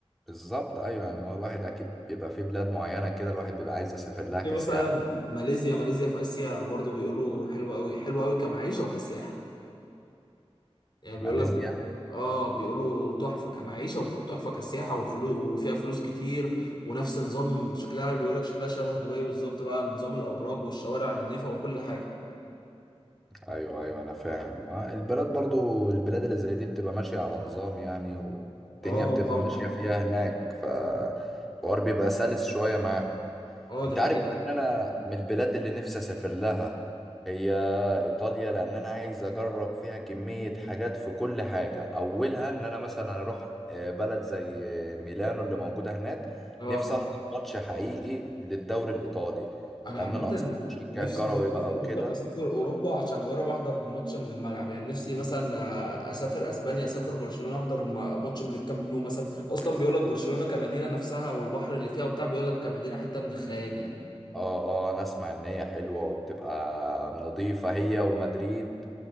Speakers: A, in the centre; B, on the left (about 45°).
A: بالظبط ايوه يعني هو الواحد اكيد بيبقى في بلاد معينه كده الواحد بيبقى عايز يسافر لها
B: في
A: كسياحه
B: مثلا ماليزيا ماليزيا في اسيا برضو بيقولوا حلوه قوي حلوه قوي كمعيشه وكسياحه يعني
A: ماليزيا
B: بيقول لك اه بيقولوا تحفة كمعيشة وتحفة كسياحة والفلوس وفيها فلوس كتير ونفس نظام شكلها بيقولك شكلها شبه دبي بالظبط بقى نظام الأبراج والشوارع نظيفة وكل حاجة
A: ايوه ايوه انا فاهم آه، البلاد برضو البلاد اللي زي دي بتبقى ماشيه على نظام يعني والدنيا
B: اه
A: بتبقى
B: طبعا
A: ماشيه فيها هناك فالحوار بيبقى سلس شويه معاهم
B: اه
A: انت
B: دي حقيقة
A: عارف بقى ان انا من البلاد اللي نفسي اسافر لها هي ايطاليا لان انا عايز اجرب فيها كمية حاجات في كل حاجة اولها ان انا مثلا اروح آه، بلد زي آه، ميلانو اللي موجودة هناك
B: اه
A: نفسي احضر ماتش حقيقي للدوري الايطالي
B: أنا
A: لان
B: عامة
A: انا اصلا مشجع
B: نفسي
A: كروي
B: نفسي
A: بقى
B: في المطلق
A: وكده
B: أسافر أوروبا عشان أجرب أحضر ماتش من الملعب يعني نفسي مثلا أسافر أسبانيا أسافر برشلونة أحضر م- ماتش من الكامب نو مثلا أصلا بيقولك برشلونة كمدينة نفسها والبحر اللي فيها وبتاع بيقولك كمدينة حتة من الخيال يعني
A: اه اه انا اسمع ان هي حلوة وبتبقى نظيفة هي ومدريد